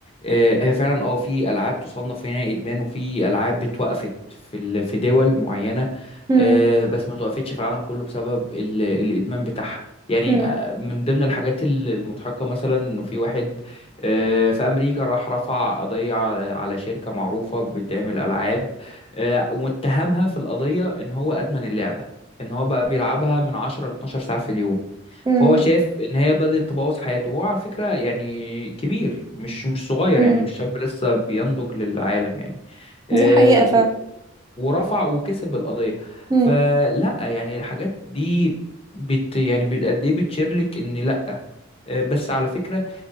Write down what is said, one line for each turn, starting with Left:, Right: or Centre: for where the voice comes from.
Left: آه، هي فعلا اه في العاب تصنف هنا ادمان وفي العاب اتوقفت في ال- في دول معينة
Right: مم.
Left: آه، بس ما توقفتش في العالم كله بسبب ال- الادمان بتاعها يعني
Right: مم.
Left: آه، من ضمن الحاجات ال- المضحكة مثلا انه في واحد آه، في امريكا راح رفع قضية على على شركة معروفة بتعمل العاب آه، واتهمها في القضية إن هو أدمن اللعبة إن هو بقى بيلعبها من 10 ل 12 ساعة في اليوم
Right: مم.
Left: فهو شاف إن هي بدأت تبوظ حياته وهو على فكرة يعني كبير مش مش صغير
Right: مم.
Left: يعني مش شاب لسه بينضج للعالم يعني آه،
Right: دي حقيقة
Left: و-
Right: فعلا
Left: ورفع وكسب القضية
Right: مم.
Left: فلا يعني الحاجات دي بت يعني بت- قد إيه بتشير لك إن لا آه، بس على فكرة